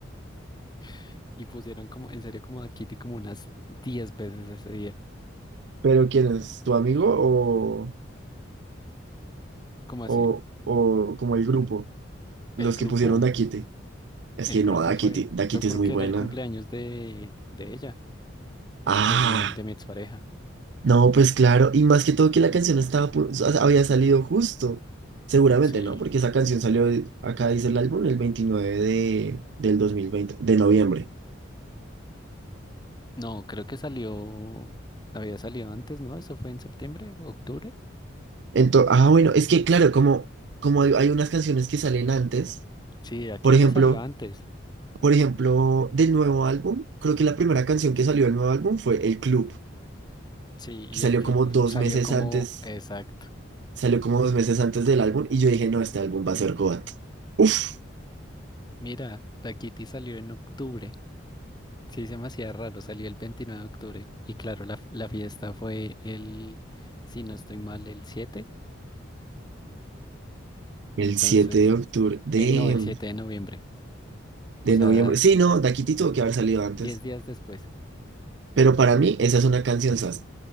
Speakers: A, on the left; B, on the right.
A: <laughs> y pusieron como, en serio, como Da Kitty como unas 10 veces ese día.
B: ¿Pero quién es? ¿Tu amigo o,
A: ¿Cómo así?
B: o, o como el grupo? Los
A: El grupo,
B: que pusieron Da Kitty. Es
A: el
B: que
A: grupo
B: no, Da
A: fue,
B: Kitty, Da Kitty
A: fue porque
B: es muy buena.
A: era el cumpleaños de, de ella,
B: Ah.
A: de mi, de mi expareja.
B: No, pues claro, y más que todo que la canción estaba, pu- o sea, había salido justo, seguramente,
A: Sí.
B: ¿no? Porque esa canción salió, el- acá dice el álbum, el 29 de, del 2020 de noviembre.
A: No, creo que salió, había salido antes, ¿no? Eso fue en septiembre, octubre.
B: Entonces, ah, bueno, es que claro, como, como hay, hay unas canciones que salen antes,
A: Sí, aquí
B: por ejemplo,
A: te salió antes.
B: por ejemplo, del nuevo álbum, creo que la primera canción que salió del nuevo álbum fue El Club,
A: Sí, y
B: que salió
A: el club
B: como dos
A: salió
B: meses
A: como,
B: antes,
A: exacto.
B: salió como dos meses antes del álbum, y yo dije, no, este álbum va a ser GOAT. Uf,
A: Mira, Da Kitty salió en octubre. Sí, se me hacía raro, salió el 29 de octubre. Y claro, la, la fiesta fue el, si no estoy mal, el 7.
B: el
A: Entonces,
B: 7 de octubre de...
A: eh, no, el 7 de noviembre.
B: De
A: O sea,
B: noviembre. Sí, no, Daquiti tuvo que haber salido antes.
A: 10 días después.
B: Pero para mí, esa es una canción sas.